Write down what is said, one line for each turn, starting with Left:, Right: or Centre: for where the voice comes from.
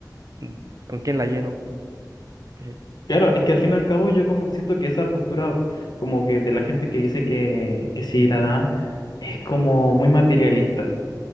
Right: mm, ¿con quién la lleno? ¿Cachai?
Left: Claro, es que al fin y al cabo yo como que siento que esa postura como que de la gente que dice que, que sí la da es como muy materialista.